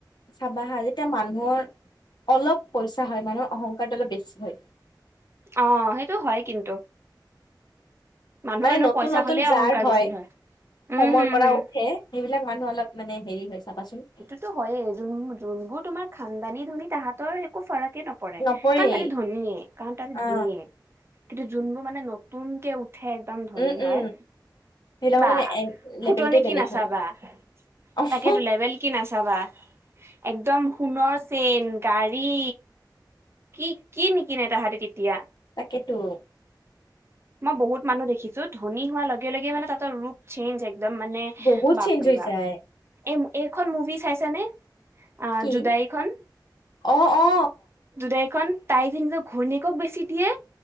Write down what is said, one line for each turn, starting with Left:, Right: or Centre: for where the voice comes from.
Left: চাবা আহা যেতিয়া মানুহৰ অলপ পইচা হয় মানুহৰ অহংকাৰটো অলপ বেছি হয়।
Right: অ', সেইটো হয় কিন্তু। মানুহৰ
Left: মানে
Right: এনেও
Left: নতুন-নতুন
Right: পইচা হলে
Left: যাৰ
Right: অহংকাৰ
Left: হয়,
Right: বেছি উম
Left: কমৰ
Right: হম
Left: পৰা
Right: হম
Left: উঠে সেইবিলাক মানুহ অলপ মানে হেৰি হয় চাবাচোন।
Right: সেইটো হয়য়ে যোন, যোনবোৰ তোমাৰ খণ্ডানি ধনী, তাহাঁতৰ একো ফাৰকে নপ। পৰে
Left: নপৰেই
Right: কাৰণ তাহাঁতে ধনীয়ে, কাৰণ তাহাঁতে
Left: অ
Right: ধনীয়ে, কিন্তু যোনবোৰ মানে নতুনকে উ। ঠে একদম ধনী
Left: উম
Right: হয়
Left: উম সেইবিলাকৰ
Right: বা
Left: মানে এ
Right: ফুটহোৱানি
Left: লেবেলটোৱে বেলেগ
Right: কি নাচাবা।
Left: হয় অহ
Right: তাকেটো লেবেল কি নাচাবা, একদম সোণৰ চেইন, গাড়ী। কি, কি নিকিনে তাহাঁতি তেতিয়া।
Left: তাকেতো।
Right: মই বহুত মানুহ দেখিছোঁ, ধনী হোৱাৰ লগে-লগে মানে তাহাতঁৰ ৰূপ। চেঞ্জ একদম মানে,
Left: বহুত
Right: বাপৰে
Left: চেঞ্জ হৈ
Right: বাপ।
Left: যায়
Right: এ এইখন মুভি চাইছানে আ
Left: কি
Right: জোদাইখন।
Left: অ অ
Right: জোদাইখন তাই যে নিজৰ ঘৈণীয়েকক বেছি দিয়ে।